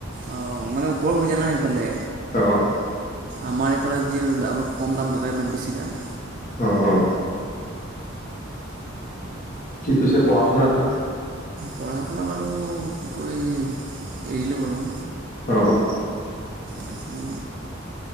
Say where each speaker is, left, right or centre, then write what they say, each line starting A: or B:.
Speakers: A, on the right; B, on the left.
A: অ', মানে ওপৰ হৈ জানা এইফালে
B: অ',
A: আমাৰ এইফালে যি অলপ কম দাম তাতে অলপ বেছি দাম।
B: অ-অ। পিছে পঢ়া শুনা তোমাৰ?
A: পঢ়া-শুনা বাৰু কি কয় এৰিলো বাৰু।
B: অ',
A: বাকী